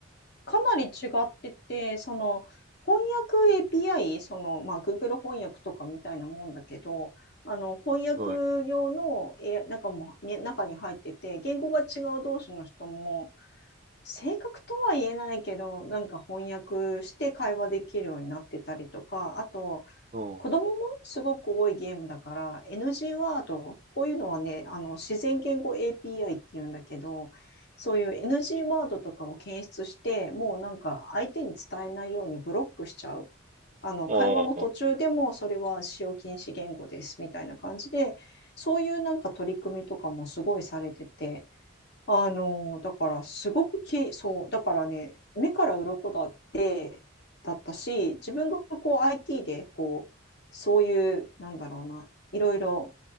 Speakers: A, on the left; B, on the right.
A: かなり違ってて、その、翻訳 API、その、まあ、Google 翻訳とかみたいなもんだけど、あの、翻訳用の、
B: はい。
A: え、なんかも、ね、中に入ってて、言語が違う同士の人も、正確とは言えないけど、なんか翻訳して会話できるようになってたりとか、あと、
B: おー。
A: 子供もすごく多いゲームだから、NG ワード、こういうのはね、あの、自然言語 API っていうんだけど、そういう
B: うん
A: NG ワードとかを検出して、もうなんか相手に伝えないようにブロックしちゃう。あの、
B: あ
A: 会話の途中でもそれは使用禁止言語ですみたいな感じで、そういうなんか取り組みとかもすごいされてて、あの、だからすごくき、そう、だからね、目から鱗だって、だったし、自分がこう IT で、こう、そういう、なんだろうな、いろいろ